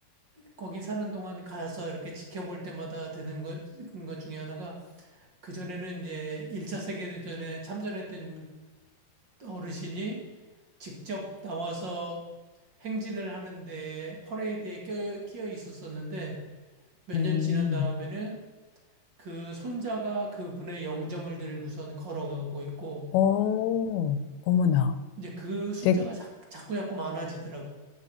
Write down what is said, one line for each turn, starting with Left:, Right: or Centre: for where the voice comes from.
Right: 거기 사는 동안 가서 이렇게 지켜볼 때마다 드는 것, 것 중에 하나가 그전에는 이제 1차 세계대전에 참전했던 어르신이 직접 나와서 행진을 하는데 퍼레이드에 껴, 끼어 있었었는데 몇
Left: 음.
Right: 년 지난 다음에는 그 손자가 그분의 영정을 들고선 걸어가고 있고
Left: 오. 어머나.
Right: 이제 그 숫자가
Left: 되게
Right: 자, 자꾸 자꾸 많아지더라고.